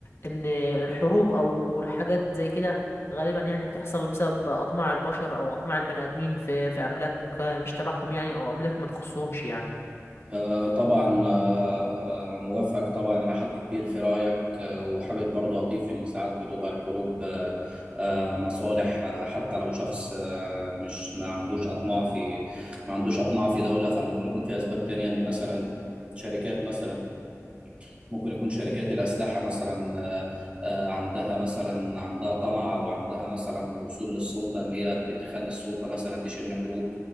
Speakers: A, on the left; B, on the right.
A: ان الحروب او الحاجات زي كده غالبا يعني بتحصل بسبب اطماع البشر او اطماع البني ادمين في في املاك آه، مش تبعهم يعني او املاك ما تخصهمش يعني
B: آه، طبعا آه، آه، موافق طبعا إلى حد كبير في رأيك آه، وحابب برضه أضيف إن ساعات بتبقى الحروب آه، آه، مصالح آه، حتى لو شخص آه، مش ما عندوش أطماع في ما عندوش أطماع في دولة فممكن يكون في أسباب تانية إن مثلا شركات مثلا ممكن يكون شركات الأسلحة مثلا آه، آه، عندها مثلا عندها طمع أو عندها مثلا وصول للسلطة إن هي ت- تخلي السلطة مثلا تشن حروب